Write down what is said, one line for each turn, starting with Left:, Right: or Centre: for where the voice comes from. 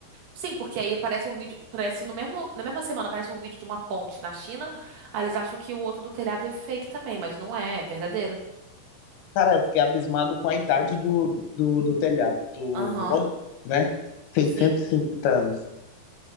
Right: Sim, porque aí parece um vídeo, parece no mesmo, na mesma semana aparece um vídeo de uma ponte na China, aí eles acham que o outro do telhado é fake também, mas não é, é verdadeiro.
Left: Cara, eu fiquei abismado com a idade do, do, do telhado, do
Right: Aham.
Left: monumento, né? Seiscentos
Right: Sim.
Left: e cinquenta anos.